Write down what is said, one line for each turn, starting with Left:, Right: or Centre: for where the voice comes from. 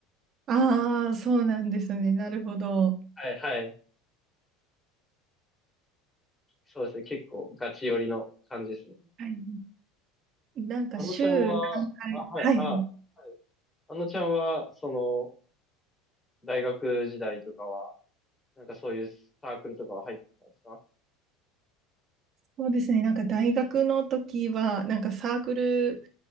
Right: ああ、そうなんですね。なるほど。
Left: はいはい。そうですね。結構、ガチ寄りの感じですね。
Right: はい。なんか週何回、
Left: あのちゃんは、あ、はい、
Right: はい。
Left: あ、はい。あのちゃんは、その、大学時代とかは、なんかそういうサークルとかは入ってたんですか
Right: そうですね。なんか大学の時は、なんかサークル